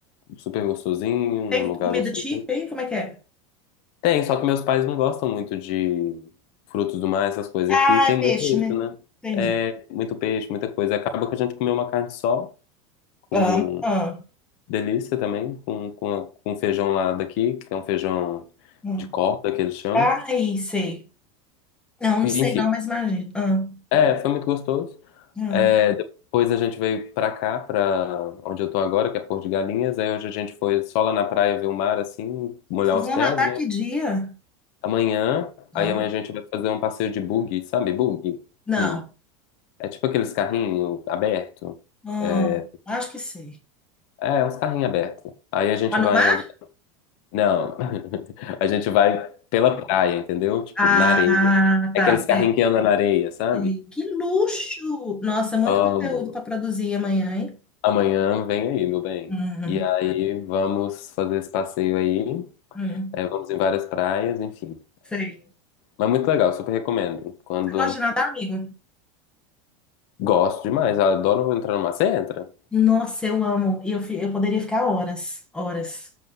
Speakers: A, on the left; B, in the centre.
A: um super gostosinho,
B: Tem
A: num lugar
B: comida
A: gostosinho.
B: típica aí? Como é que é?
A: Tem, só que meus pais não gostam muito de frutos do mar, essas coisas.
B: Ah,
A: E aqui tem
B: é
A: muito
B: peixe, né?
A: isso, né?
B: Entendi.
A: É, muito peixe, muita coisa. Acaba que a gente comeu uma carne sol, com
B: Ah, ah,
A: delícia também, com, com, com feijão lá daqui, que é um feijão
B: ah.
A: de corda que eles chamam.
B: Ai, sei. Não, não
A: E,
B: sei
A: Enfim,
B: não, mas imagino. Ah,
A: é, foi muito gostoso.
B: ah.
A: É, depois a gente veio pra cá, pra onde eu tô agora, que é Porto de Galinhas. Aí hoje a gente foi só lá na praia ver o mar, assim, molhar
B: Vocês
A: os
B: vão
A: pés,
B: nadar
A: né?
B: que dia?
A: Amanhã,
B: Vamos.
A: aí amanhã a gente vai fazer um passeio de buggy, sabe? Buggy?
B: Não.
A: Hum. É tipo aqueles carrinhos abertos.
B: Ah,
A: É,
B: acho que sei.
A: é uns carrinhos abertos. Aí a gente
B: Lá no
A: vai
B: mar?
A: em algum... Não, <laughs> a gente vai pela praia, entendeu? Tipo,
B: Ah,
A: na areia. é
B: tá,
A: Aqueles carrinhos
B: sei.
A: que andam na areia, sabe?
B: Sei. Que luxo! Nossa, muito
A: Amo.
B: conteúdo para produzir amanhã, hein?
A: Amanhã vem aí, meu bem.
B: Hum,
A: E aí vamos fazer esse passeio aí.
B: hum.
A: É, vamos em várias praias, enfim.
B: Sei.
A: Mas muito legal, super recomendo. Quando
B: Você gosta de nadar, amigo?
A: gosto demais, eu adoro entrar numa. Você entra?
B: Nossa, eu amo. E eu, fi- eu poderia ficar horas, horas.